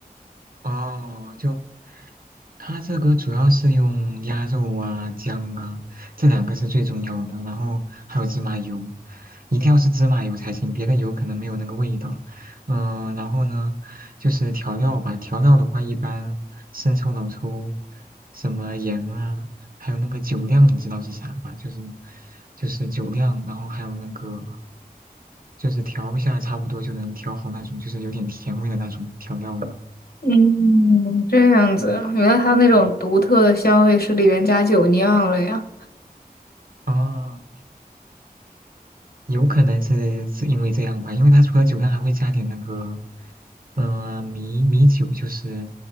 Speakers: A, on the right; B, on the left.
A: <laughs> 哦，就它这个主要是用鸭肉啊、姜啊，这两个是最重要的，然后还有芝麻油，一定要是芝麻油才行，别的油可能没有那个味道。嗯、然后呢，就是调料吧，调料的话一般生抽、老抽，什么盐啊，还有那个酒酿，你知道是啥吧？就是就是酒酿，然后还有那个就是调一下，差不多就能调好那种，就是有点甜味的那种调料了。
B: 嗯，这样子啊原来它那种独特的香味是里面加酒酿了呀。
A: 嗯嗯。啊，有可能是是因为这样吧，因为它除了酒量还会加点那个，嗯，米米酒，就是